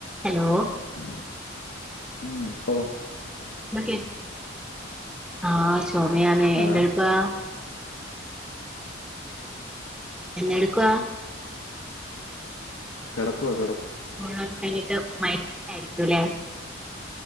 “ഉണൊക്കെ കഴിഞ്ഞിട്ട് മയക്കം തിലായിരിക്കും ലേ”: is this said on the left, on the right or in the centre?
Centre